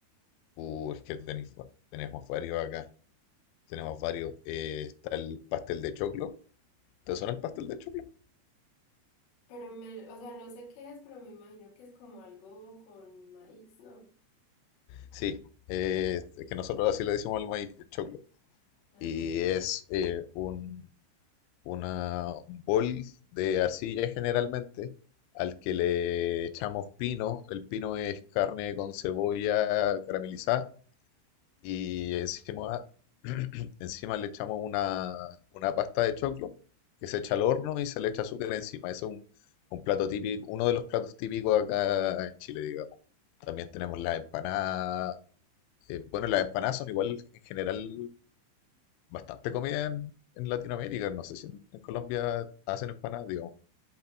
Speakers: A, on the left (about 85°); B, on the left (about 55°).
A: Uh, es que tenéis- tenemos varios acá. Tenemos varios. Eh, está el pastel de choclo. ¿Te suena el pastel de choclo?
B: Pero me, o sea, no sé qué es, pero me imagino que es como algo con maíz, ¿no?
A: Sí, eh, es que nosotros así le decimos al maíz, el choclo.
B: Ajá.
A: Y es eh, un, una, un bol de arcilla generalmente al que le echamos pino. El pino es carne con cebolla caramelizada y encima, <clears throat> encima le echamos una, una pasta de choclo que se echa al horno y se le echa azúcar encima. Ese es un, un plato típico, uno de los platos típicos acá en Chile, digamos. También tenemos las empanadas. eh, bueno, las empanadas son igual en general bastante comida en, en Latinoamérica. No sé si en, en Colombia hacen empanadas, digamos.